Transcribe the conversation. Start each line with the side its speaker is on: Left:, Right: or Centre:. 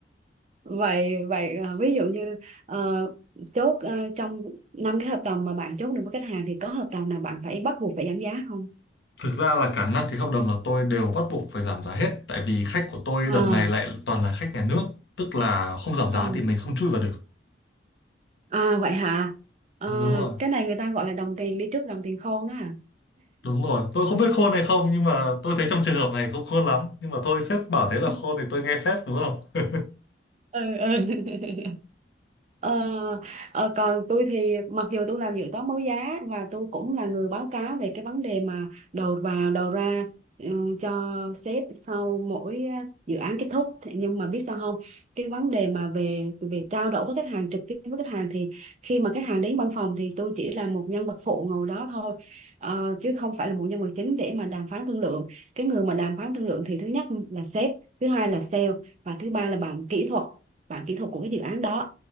Right: vậy vậy ờ, ví dụ như ờ, chốt ờ, trong năm cái hợp đồng mà bạn chốt được với khách hàng thì có hợp đồng nào bạn phải bắt buộc phải giảm giá không
Left: thực ra là cả năm ký hợp đồng là tôi đều bắt buộc phải giảm giá hết tại vì khách của tôi
Right: à,
Left: đợt này lại toàn là khách nhà nước tức là không giảm giá
Right: ừ.
Left: thì mình không chui vào được
Right: à vậy hả Ờ,
Left: Ừ, đúng rồi
Right: cái này người ta gọi là đồng tiền đi trước đồng tiền khôn đó à
Left: đúng rồi tôi không biết khôn hay không nhưng mà tôi thấy trong trường hợp này không khôn lắm nhưng mà thôi sếp bảo thế là
Right: ừ
Left: khôn thì tôi nghe sếp đúng không <laughs>
Right: ừ <laughs> ờ, ờ, còn tôi thì mặc dù tôi làm dự toán báo giá và tôi cũng là người báo cáo về cái vấn đề mà đầu vào đầu ra ừ, cho sếp sau mỗi ờ, dự án kết thúc Thế nhưng mà biết sao không cái vấn đề mà về về trao đổi với khách hàng trực tiếp với khách hàng thì khi mà khách hàng đến văn phòng thì tôi chỉ là một nhân vật phụ ngồi đó thôi Ờ, chứ không phải là một nhân vật chính để mà đàm phán thương lượng cái người mà đàm phán thương lượng thì thứ nhất là sếp thứ hai là sale và thứ ba là bạn kỹ thuật bạn kỹ thuật của cái dự án đó